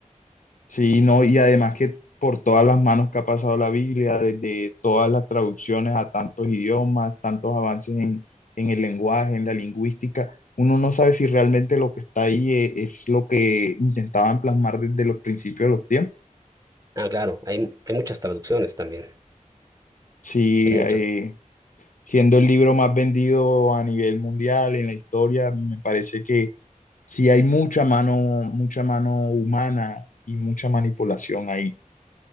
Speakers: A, on the left (about 75°); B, on the right (about 25°).
A: Sí, no, y además que por todas las manos que ha pasado la Biblia, desde todas las traducciones a tantos idiomas, tantos avances en, en el lenguaje, en la lingüística, uno no sabe si realmente lo que está ahí e- es, lo que intentaban plasmar desde los principios de los tiempos.
B: Ah, claro, hay, hay muchas traducciones también.
A: Sí,
B: Hay muchas.
A: eh, siendo el libro más vendido a nivel mundial en la historia, me parece que sí hay mucha mano, mucha mano humana y mucha manipulación ahí.